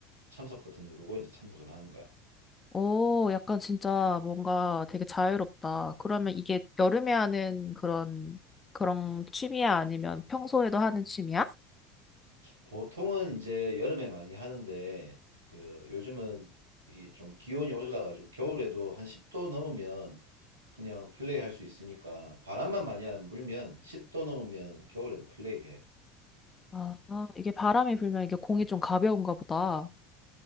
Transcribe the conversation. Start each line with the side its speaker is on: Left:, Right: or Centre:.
Right: 참석 버튼 누르고 이제 참석을 하는 거야.
Left: 오, 약간 진짜 뭔가 되게 자유롭다. 그러면 이게 여름에 하는 그런, 그런 취미야? 아니면 평소에도 하는 취미야?
Right: 보통은 이제 여름에 많이 하는데 그 요즘은 이 좀 기온이 올라가지고 겨울에도 한 10도 넘으면 그냥 플레이할 수 있으니까 바람만 많이 안 불면 10도 넘으면 겨울에도 플레이해.
Left: 아, 아, 이게 바람이 불면 이게 공이 좀 가벼운가 보다.